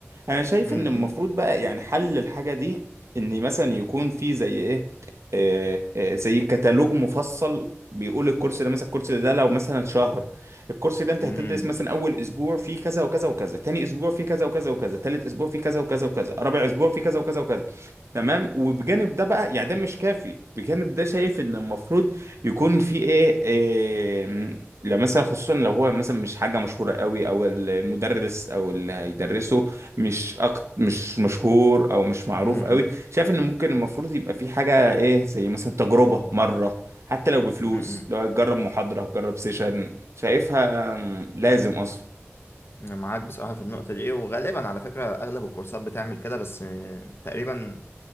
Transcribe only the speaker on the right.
انا شايف
ان المفروض بقى يعني حل الحاجة دي ان مثلا يكون في زي ايه آه، آه، زي كتالوج مفصل بيقول الكورس ده مثلا الكورس ده لو مثلا شهر الكورس ده انت
هتدرس مثلا اول اسبوع فيه كذا وكذا وكذا تاني اسبوع فيه كذا وكذا وكذا تالت اسبوع فيه كذا وكذا وكذا رابع اسبوع فيه كذا وكذا وكذا تمام وبجانب ده بقى يعني ده مش كافي بجانب ده شايف ان المفروض يكون في ايه, إيه لو مثلا خصوصا لو هو مثلا مش حاجه مشهوره قوي او المدرس او اللي هيدرسه مش أكت مش مشهور او مش معروف
قوي
شايف ان ممكن المفروض يبقى في حاجه ايه زي مثلا تجربه مره حتى لو بفلوس
لو جرب محاضره جرب سيشن شايفها مم، لازم اصلا